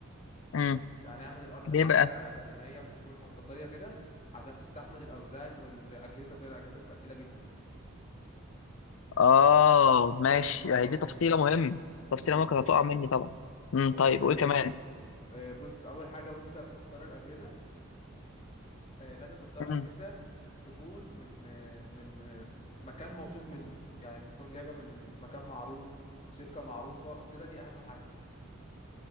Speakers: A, on the left (about 70°); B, on the left (about 30°).
A: مم.
B: يعني اعمل الارض
A: ليه
B: حاجة
A: بقى
B: اللي هي بتكون مطاطية كده عشان تستحمل الاوزان والاجهزة وكده الاجهزة بتبقى تقيلة جدا
A: اه ماشي
B: فدي نقطة
A: هي دي
B: مهمة
A: تفصيله مهمه تفصيله
B: دي نقطة
A: ممكن هتقع
B: مهمة
A: مني طبعا امم
B: إيه
A: طيب وايه كمان
B: إيه بص اول حاجة وانت بتختار الاجهزة آه، لازم تختار
A: امم
B: أجهزة تكون من آه، من آه، مكان موثوق منه يعني تكون جايبة من مكان معروف شركة معروفة كده دي أهم حاجة